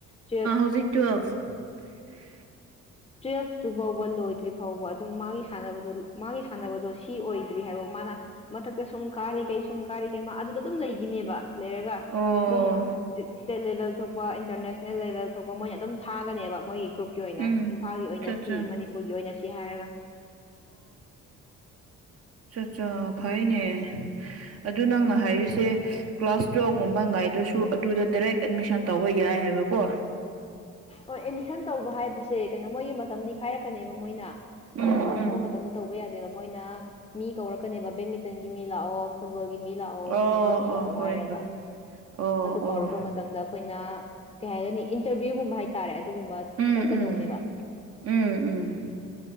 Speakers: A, on the left; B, on the right.
A: ꯇꯨꯌꯦꯞ
B: ꯋ <unintelligible> <inaudible>
A: ꯇ꯭ꯔꯤ ꯑꯁꯨ ꯥꯎꯕ ꯂꯣꯏꯗ꯭ꯔꯤ ꯐꯥꯎꯕꯜ ꯑꯗꯨꯝ ꯃꯥꯒꯤ ꯁꯥꯟꯅꯕꯗ ꯃꯥꯒꯤ ꯁꯥꯟꯅꯕꯗꯣ ꯁꯤ ꯑꯣꯏꯗ꯭ꯔꯤ ꯍꯥꯏꯕ ꯃꯥꯅ ꯃꯊ ꯁꯨꯝ ꯀꯥꯔꯤꯈꯩ ꯁꯨꯝ ꯀꯥꯔꯤꯈꯩ ꯃꯥ ꯑꯗꯨꯗ ꯑꯗꯨꯝ ꯂꯩꯈꯤꯅꯦꯕ ꯂꯩꯔꯒ
B: ꯑꯣ
A: ꯑꯗꯨꯝ ꯏꯁꯇꯦꯠ ꯂꯦꯕꯦꯜ ꯊꯣꯛꯄ ꯏꯟꯇꯔꯅꯦꯁꯅꯦꯜ ꯅ ꯂꯦꯕꯦꯜ ꯊꯣꯛꯄ ꯃꯣꯏꯅ ꯑꯗꯨꯝ ꯊꯥꯒꯅꯦꯕ ꯃꯣꯏꯒꯤ ꯒ꯭ꯔꯨꯞꯀꯤ ꯑꯣꯏꯅ
B: ꯎꯝ
A: ꯏꯝꯐꯥꯜꯒꯤ ꯑꯣꯏꯅꯁꯤ
B: ꯑꯆꯥ ꯑꯆꯥ
A: ꯃꯅꯤꯄꯨꯔꯒꯤ ꯑꯣꯏꯅꯁꯤ ꯍꯥꯏꯔꯒ
B: ꯑ <unintelligible> <inaudible> ꯐꯩꯅꯦ ꯑꯗꯨ ꯅꯪꯅ ꯍꯥꯏꯔꯤꯁꯦ ꯀ꯭ꯂꯥꯁ ꯇꯨꯌꯦꯦꯜꯕꯒꯨꯝꯕ ꯉꯥꯏꯗ꯭ꯔꯁꯨ ꯨ ꯑꯗꯨꯗ ꯗꯥꯏꯔꯦꯛ ꯑꯦꯗꯃꯤꯁꯟ ꯇꯧꯕ ꯌꯥꯏ ꯍꯥꯏꯕꯀꯣ
A: ꯍꯣꯏ ꯑꯦꯠꯃꯤꯁꯟ ꯇꯧꯕ ꯍꯥꯏꯕꯁꯦ ꯀꯩꯅꯣ ꯃꯣꯏꯒꯤ ꯃꯇꯝꯗꯤ ꯈꯥꯏꯔꯛꯀꯅꯦꯕ ꯃꯣꯏꯅ ꯑꯩꯈꯣꯏꯅ
B: ꯎꯝ
A: ꯇꯧꯅꯤꯡꯕ
B: ꯎꯝ
A: ꯃꯇꯝꯗꯣ ꯇꯧꯕ ꯌꯥꯗꯦꯕ ꯃꯣꯏꯅ ꯃꯤ ꯀꯧꯔꯛꯀꯅꯦꯕ ꯕꯦꯗꯃꯤꯟꯇꯟꯒꯤ ꯃꯤ ꯂꯥꯛꯑꯣ ꯐꯨꯕꯜꯒꯤ ꯃꯤ ꯂꯥꯛꯑꯣ
B: ꯑꯣ
A: ꯀꯩꯅꯣꯒꯤ ꯃꯤ
B: ꯑꯣ
A: ꯂꯥꯛꯑꯣ
B: ꯍꯣꯏ
A: ꯍꯥꯏꯔꯒ
B: ꯍꯣꯏ ꯑꯣ
A: ꯑꯗꯨ
B: ꯑꯣ
A: ꯀꯧꯔꯛꯄ ꯃꯇꯝꯗ ꯑꯩꯈꯣꯏꯅ ꯀꯩ ꯍꯥꯏꯒꯅꯤ ꯏꯟꯇꯔꯚꯤꯌꯨꯒꯨꯝꯕ ꯍꯥꯏꯇꯥꯔꯦ ꯑꯗꯨꯒꯨꯝꯕ
B: ꯎꯝ
A: ꯆꯠꯀꯗꯅꯦꯕ
B: ꯎꯝ ꯎꯝ ꯎꯝ